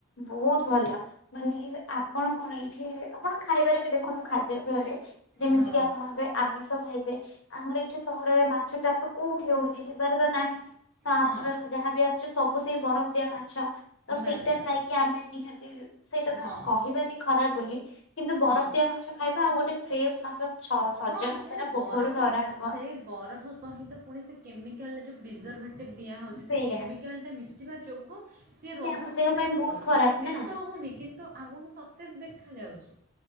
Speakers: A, on the left (about 65°); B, on the right (about 45°).
A: ବୋହୁତ ଭଲ ମାନେ ଆପଣ କଣ ଏଇଠୀ ଆପଣ ଖାଇବାରେ ବି ଦେଖନ୍ତୁ ଖାଦ୍ୟପେୟରେ ଯେମିତି
B: ହଁ
A: କିି ଆପଣ ଏବେ ଆମିଷ ଖାଇବେ। ଆମର ଏଇଠି ସହରରେ ମାଛ ଚାଷ କୋଉଠି ହୋ ଉଚି ହେବାର ତ ନାହିଁ। ତ ଆମର
B: ହଁ
A: ଯାହାବି ଆସୁଚି ସବୁ ସେଇ ବରଫ। ଦିଆ ମାଛ ତ ସେଇଟା
B: ବାସ୍ ବାସ୍
A: ଖାଇକି ଆମେ ନିହାତି ସେଇଟା ତ
B: ହଁ
A: କହିବାନି ଖରାପ ବୋଲି। କିନ୍ତୁ
B: ହଁ
A: ବରଫ ଦିଆ ମାଛ ଖାଇବା ଆଉ ଗୋଟେ ଫ୍ରେଶ ମାଛ ସଜ
B: ହଁ
A: ମାସଟା
B: ସେଇଟା
A: ପୋଖରିରୁ
B: ବରଫ
A: ଧରାହବା।
B: ସେ ବରଫ ସହିତ ପୁଣିସେ କେମିକାଲରେ ଯୋଉ ପ୍ରିଜର୍ଭେଟିଭ୍ ଦିଆହୋଉଚି
A: ସେଇଆ
B: ସେ କେମିକାଲ କେମିକାଲ ଟା ମିଶିବା ଯୋଗୁଁ ସିଏ ରୋହୁଚି
A: ସେ ଆମ ଦେହ
B: ମାନେ
A: ପାଇଁ ବହୁତ ଖରାପ
B: ସତେଜ
A: ନା।
B: ତ ରୋହୁନି କିନ୍ତୁ ଆମକୁ ସତେଜ ଦେଖାଯାଉଛି।